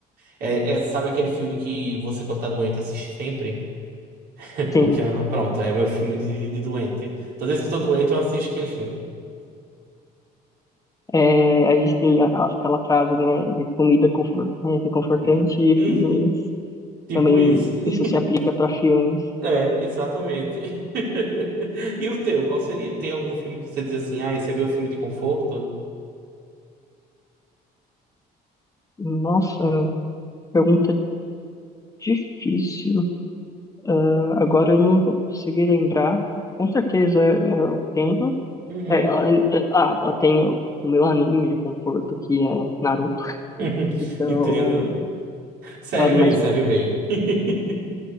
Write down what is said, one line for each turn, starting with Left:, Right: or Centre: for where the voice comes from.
Right: é, é, sabe aquele filme que você quando tá doente assiste sempre? <laughs>
Left: Sim.
Right: Porque ah, pronto, é meu filme de, de doente. Toda vez que eu tô doente eu assisto aquele filme.
Left: É, a gente tem a- aquela frase, né? "É Comida confort, é, reconfortante
Right: Hum,
Left: e
Right: uhum,
Left: filmes.
Right: tipo
Left: Também
Right: isso. <laughs>
Left: isso se aplica para filmes.
Right: É, exatamente. <laughs> E o teu, qual seria? Tem algum filme que você diz assim, ah, esse é meu filme de conforto?
Left: Nossa, pergunta difícil. Ah, agora eu não vou conseguir lembrar. Com certeza eu tenho.
Right: Uhum.
Left: É, é, é, ah, eu tenho o meu anime de conforto, que é Naruto.
Right: <laughs>
Left: Então,
Right: Entendo. Serve
Left: ah, mas
Right: bem, serve bem. <laughs>